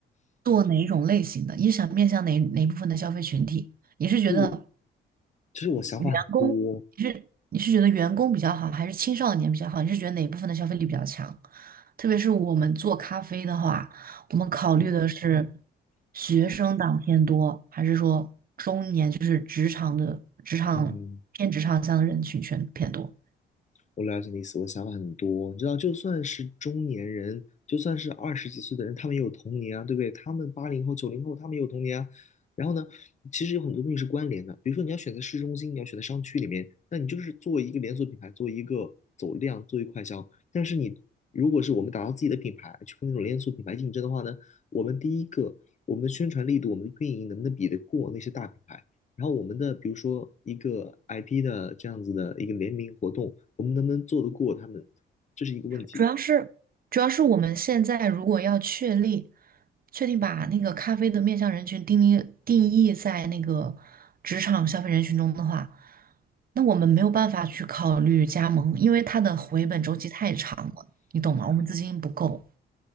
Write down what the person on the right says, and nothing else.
做哪一种类型的？你想面向哪哪部分的消费群体？你是觉得
员工，你是你是觉得员工比较好，还是青少年比较好？你是觉得哪部分的消费力比较强？特别是我们做咖啡的话，我们考虑的是学生党偏多，还是说中年就是职场的职场偏职场向的人群群偏多？
主要是主要是我们现在如果要确立确定把那个咖啡的面向人群定义定义在那个职场消费人群中的话，那我们没有办法去考虑加盟，因为它的回本周期太长了，你懂吗？我们资金不够，